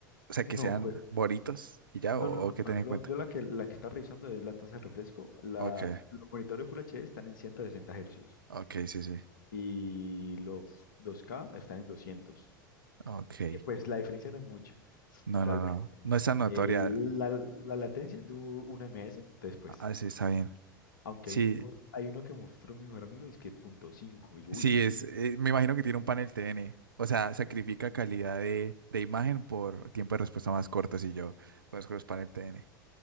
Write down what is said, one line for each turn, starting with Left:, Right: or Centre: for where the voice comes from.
Right: o sea,
Left: No,
Right: que sean
Left: pues,
Right: bonitos y ya,
Left: no,
Right: o,
Left: no, no.
Right: o qué
Left: Por
Right: tenés
Left: ejemplo,
Right: en cuenta.
Left: yo la que, la que está revisando es la tasa de refresco. La,
Right: Ok,
Left: los monitores Full HD están en 160 Hz
Right: ok, sí, sí.
Left: y los 2K están en 200.
Right: Ok.
Left: Y pues la diferencia no es mucha,
Right: No,
Left: realmente.
Right: no, no. No es tan notoria.
Left: El- la, la latencia es de un ms después.
Right: Ah, sí, está bien.
Left: Aunque
Right: Sí,
Left: hay, un, por- hay uno que mostró mi mejor amigo, es que punto .5. Y yo,
Right: sí,
Left: uy,
Right: es. eh, me imagino que tiene un panel T N O sea, sacrifica calidad de, de imagen por tiempo de respuesta más corto si yo conozco los panel T N